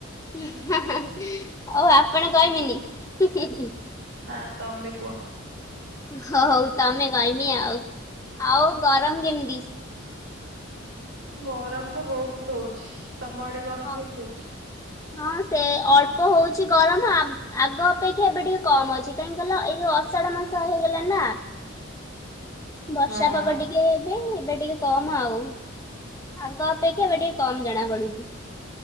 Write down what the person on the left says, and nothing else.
ହୁଁ ହୁଁ ହୁଁ ହଉ ଆପଣ କହିବିନି ହୁଁ ହୁଁ।
ହ ହଉ ତମେ କହମି ଆଉ ଆଉ ଗରମ କେମିତି।
ହଁ
ହଁ ସେ ଅଳ୍ପ ହଉଛି ଗରମ ଆ ଆଗ ଅପେକ୍ଷା ଏବେ ଟିକେ କମ ଅଛି କାହିଁକି କହିଲ ଏଇ ଯଉ ଅଷାଢ ମାସ ହେଇଗଲା ନା। ବର୍ଷା
ପାଗ ଟିକେ ଏବେ ଏବେ ଟିକେ କମ ଆଉ ଆଗ ଅପେକ୍ଷା ଏବେ ଟିକେ କମ ଜଣା ପଡୁଛି।